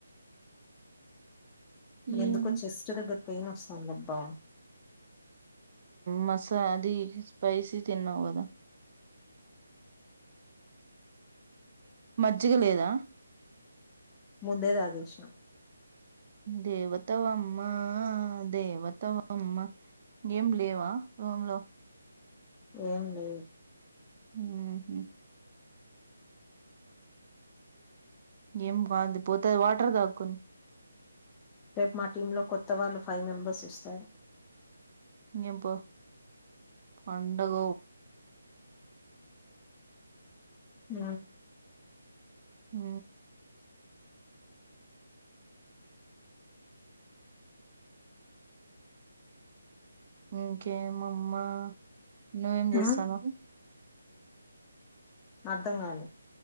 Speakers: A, on the left; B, on the right.
A: ఎందుకో
B: ఏం
A: చెస్ట్ దగ్గర పెయిన్ వస్తాందిబ్బా
B: మసా అది స్పైసీ తిన్నావుదా మజ్జిగ లేదా
A: ముందేది ఆగషం
B: దేవతవమ్మా దేవతవమ్మ ఏం లేవా రూమ్ లో
A: ఏం లేదు
B: హ ఏం బంది పోతది వాటర్ దాకుని
A: రేపు మా టీ లో కొత్త వాళ్ళు ఫైవ్ మెంబర్స్ ఇస్తారు
B: ఏం పో పండగ
A: అ
B: హ ఇంకే మా అమ్మ నున్నోేం చేస్తునావ్
A: ఆ అర్ధం కాలి